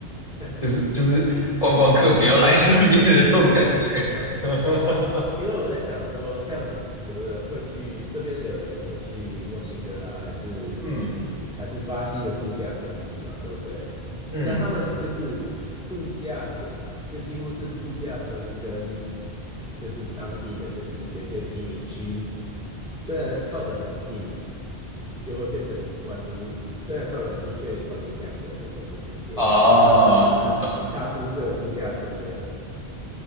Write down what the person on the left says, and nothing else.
就是就是观光客不要来这边的这种感觉。
<laughs>
嗯
嗯
哦，
这种。的。